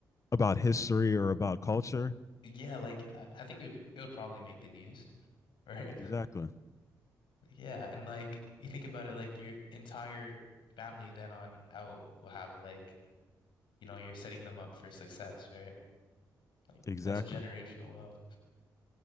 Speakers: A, on the left; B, on the left.
A: about history or about culture.
B: Yeah. Like, I, I think it would, it would probably make the news. <laughs> Right.
A: Exactly.
B: Yeah. And like, you think about it, like your entire family then on out will have like you know, you're setting them up for success, right? Like
A: Exactly.
B: that's generational wealth.